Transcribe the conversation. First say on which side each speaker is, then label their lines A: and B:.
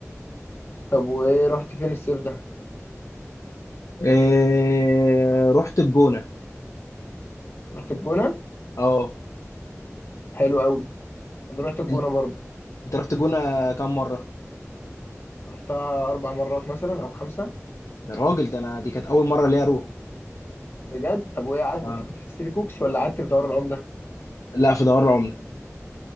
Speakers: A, on the left; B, on the left.
A: طب وايه رحت فين الصيف ده
B: إيه رحت الجونة
A: رحت الجونه
B: اه
A: حلو قوي انا رحت الجونه
B: انت
A: برضه
B: انت رحت الجونة كام مرة؟
A: رحتها اربع مرات مثلا او خمسه
B: يا راجل ده انا دي كانت اول مرة ليا اروح
A: بجد طب وايه قعدت
B: آه.
A: في ستري كوكس ولا قعدت في دوار العمده
B: لا في دوار العملة